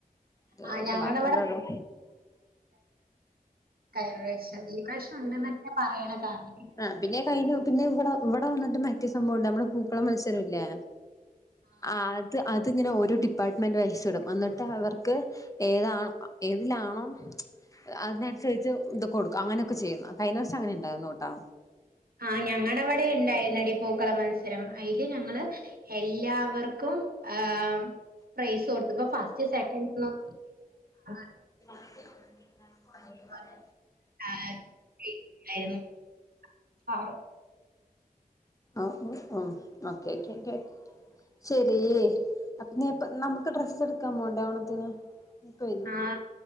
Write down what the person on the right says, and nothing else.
ആ ഞങ്ങടെ
കയിഞ്ഞ പ്രാവശംഈ പ്രാവശ്യം ഉണ്ടെന്നൊക്കെ പറയണ കാരണം
ആ ഞങ്ങള്ടെ വ്ടെ ഉണ്ടായിരുന്നടി പൂക്കള മത്സരം അയില് ഞങ്ങള് ഹെല്ലാവർക്കും ആം പ്രൈസ് കൊടുത്തപ്പ ഫസ്റ്റ് സെക്കന്റൊ ന്നും <unintelligible>
<unintelligible> <unintelligible> ആറ്
ആ